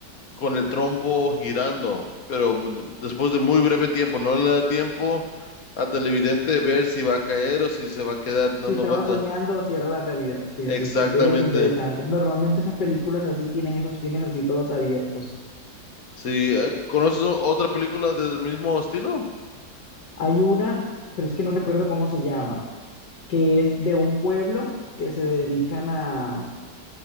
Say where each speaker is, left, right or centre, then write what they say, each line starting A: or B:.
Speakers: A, on the left; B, on the left.
A: con el trompo girando, pero m- después de muy breve tiempo, no le da tiempo a televidente ver si va a caer o si se va a quedar dando
B: Si estaba
A: vuelta.
B: soñando, si era la realidad. Sí,
A: Exactamente.
B: sí, sí, ve qué interesante. Normalmente esas películas así tienen esos fines así todos abiertos.
A: Sí, eh, ¿conoces o- otra película del mismo estilo?
B: Hay una, pero es que no recuerdo cómo se llama, que es de un pueblo que se dedican a,